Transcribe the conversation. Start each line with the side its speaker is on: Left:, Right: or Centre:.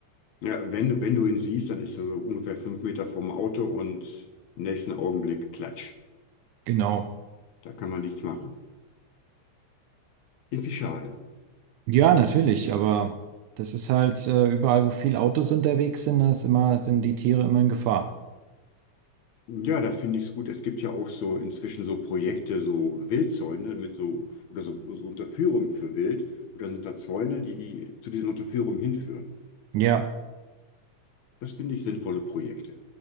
Left: Ja, wenn du, wenn du ihn siehst, dann ist er so ungefähr fünf Meter vorm Auto und im nächsten Augenblick klatsch.
Right: Genau.
Left: Da kann man nichts machen. Irgendwie schade.
Right: Ja, natürlich, aber das ist halt äh, überall, wo viele Autos unterwegs sind, da ist immer, sind die Tiere immer in Gefahr.
Left: Ja, da finde ich es gut. Es gibt ja auch so inzwischen so Projekte, so Wildzäune mit so oder so, so Unterführung für Wild. Und dann sind da Zäune, die, die zu diesen Unterführungen hinführen.
Right: Ja.
Left: Das finde ich sinnvolle Projekte.